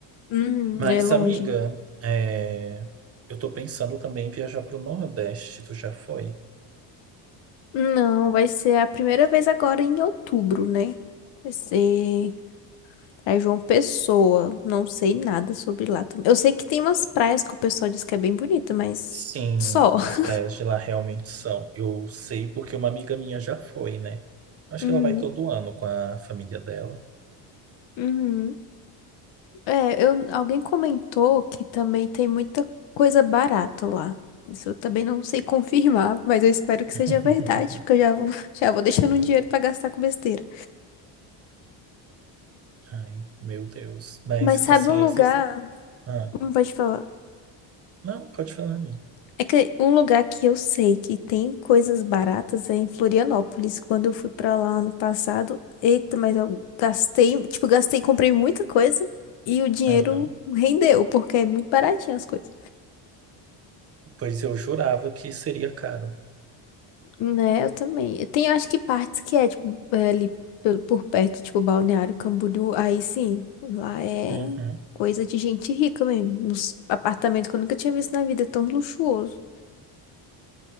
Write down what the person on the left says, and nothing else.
Hum,
é longe.
Não, vai ser a primeira vez agora em outubro, né? Vai ser pra João Pessoa. Não sei nada sobre lá também. Eu sei que tem umas praias que o pessoal diz que é bem bonita, mas
só. <laughs>
Uhum,
uhum. É, eu, alguém comentou que também tem muita coisa barata lá. Isso eu também não sei <laughs> confirmar, mas eu espero que seja
verdade, porque eu já vou, <laughs> já vou deixando um dinheiro pra gastar com besteira.
Mas sabe
um lugar,
não pode falar.
É que um lugar que eu sei que tem coisas baratas é em Florianópolis. Quando eu fui pra lá ano passado, eita, mas eu gastei, tipo, gastei, comprei muita coisa e o dinheiro
rendeu, porque é muito baratinho as coisas.
Né, eu também. Tem, acho que partes que é, tipo, é ali por, por perto, tipo, Balneário Camboriú, aí sim, lá é
coisa de gente rica mesmo. Nos apartamentos que eu nunca tinha visto na vida, é tão luxuoso.